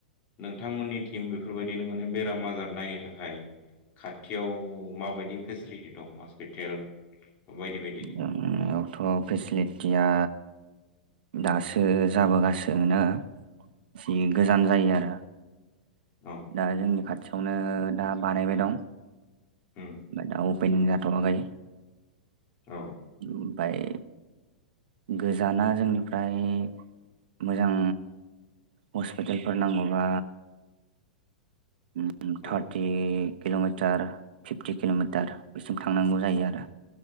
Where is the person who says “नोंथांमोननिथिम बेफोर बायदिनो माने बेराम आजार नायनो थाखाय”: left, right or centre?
Left